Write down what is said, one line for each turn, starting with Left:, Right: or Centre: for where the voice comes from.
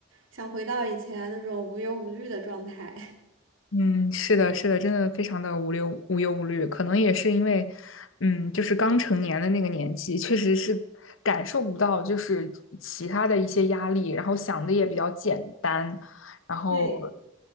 Right: 想回到以前那种无忧无虑的状态。
Left: 嗯，是的，是的，真的非常的无忧无忧无虑，可能也是因为，嗯，就是刚成年的那个年纪，确实是感受不到就是其他的一些压力，然后想的也比较简单。
Right: <laughs>
Left: 然后
Right: 对，